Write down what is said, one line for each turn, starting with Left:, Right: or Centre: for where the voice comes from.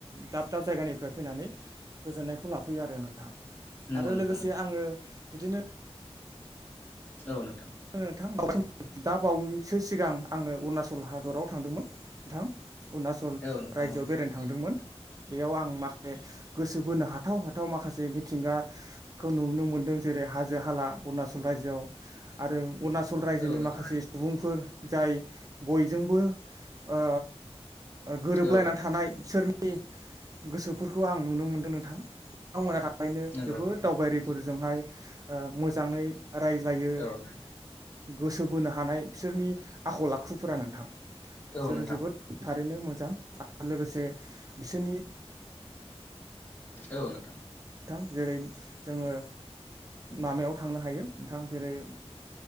Right: दाब दाब जायगानिफ्राय फैनानै गोजोननायखौ ला जाफैयो आरो नोंथां
Left: नंगौ
Right: आरो
Left: नोंथां
Right: लोगोसे
Left: नंगौ
Right: आङो बिदिनो
Left: औ नोंथां
Right: नोंथां दा बावैसो सिगां आङो अरुणाचल हादराव थांदोंमोन नोंथां अरुणाचल
Left: औ नोंथां
Right: रायजोआव बेरायनो थांदोंमोन बेयाव आं माखासे गोसो बोनो हाथाव हाथ व माखासे मिथिंगाखौ नुनो मोनदों जेरै हाजो हाला अरुणाचल रायजोआव आरो अरुणाचल रायजोनि
Left: औ नोंथां
Right: माखासे सुबुंफोर जाय बयजोंबो ओ गोरोबलायना
Left: औ नोंथां
Right: थानाय बिसोरनि गोसोफोरखौ आं नुनो मोनदों नोंथां बिथांमोनहा थाबैनो
Left: नंगौ
Right: जोबोद
Left: नोंथां
Right: दावबायारिफोरजोंहाय मोजाङै रायज्लायो
Left: औ नोंथां
Right: गोसो बोनो हानाय बिसोरनि आखल आखुफोरा नोंथां
Left: औ
Right: बिसोरो
Left: नोंथां
Right: जोबोद थारैनो मोजां आरो लोगोसे बिसोरनि
Left: औ नोंथां
Right: थां जेरै जोङो माबायाव थांनो हायो नोंथां जेरै